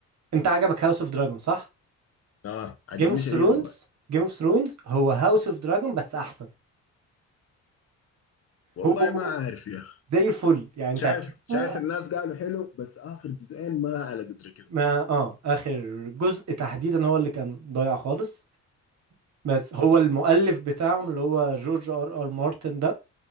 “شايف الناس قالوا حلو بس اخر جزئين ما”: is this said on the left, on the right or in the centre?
Left